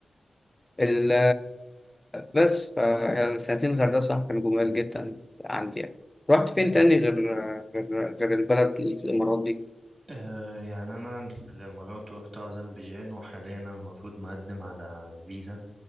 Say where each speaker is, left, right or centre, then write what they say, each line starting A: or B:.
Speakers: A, on the left (about 15°); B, on the right (about 25°).
A: ال بس ف يعني سنتين الغردقة صراحة كانوا جمال جدا عندي يعني رحت فين
B: حلو
A: تاني غير غير غير البلد اللي في الإمارات دي؟
B: آه يعني أنا في الإمارات رحت أذربيجان وحاليا أنا المفروض مقدم على الفيزا